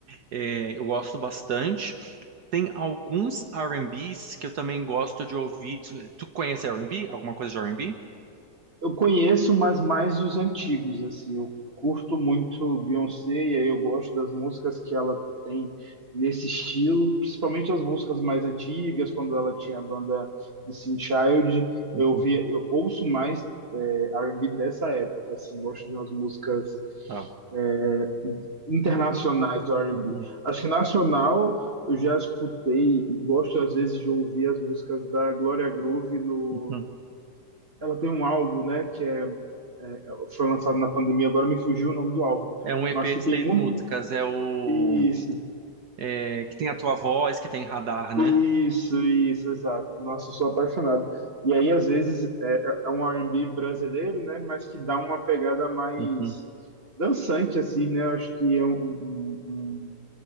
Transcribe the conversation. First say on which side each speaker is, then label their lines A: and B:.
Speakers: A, on the right (about 65°); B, on the right (about 35°).
A: É, eu gosto bastante. Tem alguns R&Bs que eu também gosto de ouvir. Tu, tu conhece R&B? Alguma coisa de R&B?
B: Eu conheço, mas mais os antigos, assim. Eu curto muito Beyoncé e aí eu gosto das músicas que ela tem nesse estilo, principalmente as músicas mais antigas, quando ela tinha a banda The Teen Child.
A: Uhum,
B: Eu via, eu ouço mais é, R&B dessa época, assim. Gosto de umas músicas
A: tá.
B: é, internacionais do R&B.
A: Uhum,
B: Acho que nacional eu já escutei e gosto às vezes de ouvir as músicas da Gloria Groove no
A: uhum.
B: ela tem um álbum, né, que é, é, é, foi lançado na pandemia, agora me fugiu o nome do álbum,
A: É um EP
B: mas que
A: de
B: tem
A: seis
B: muito.
A: músicas. É o
B: Isso,
A: é, que tem a tua voz, que tem radar, né?
B: isso, isso, exato. Nossa, eu sou apaixonado. E aí, às vezes, é, é é um R&B brasileiro, né, mas que dá uma pegada mais
A: Uhum,
B: dançante, assim, né? Eu acho que é um, um, um, um